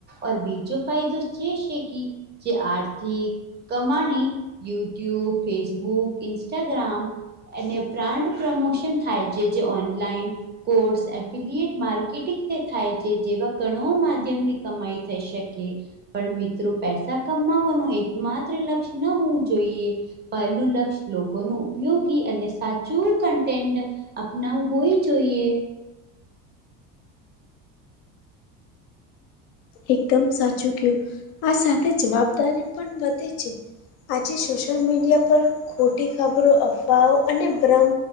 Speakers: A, on the right (about 25°); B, on the left (about 70°).
A: ઔર બીજો ફાયદો જે છે કી જે આર્થીક કમાણી યુટ્યુબ ફેસબુક ઇન્સ્ટાગ્રામ અને બ્રાન્ડ પ્રમોશન થાય જે જે ઓનલાઈન કોર્સ એફિલયટ માર્કેટિંગથી થાય છે જેવા ઘણો માધ્યમની કમાઈ થઈ શકે. પણ મિત્રો પૈસા કમાવાનો એક માત્ર લક્ષ્ય હું જોઇએ પહેલું લક્ષ્ય લોકો નું ઉપયોગી અને સાચું કન્ટેન્ટ અપનાવ હોય જોઈએ
B: એકદમ સાચું કયું આ સાથે જવાબદારી પણ વધે છે. આજે સોશિયલ મીડિયા પર ખોટી ખબરો અફવાઓ અને ભ્રમ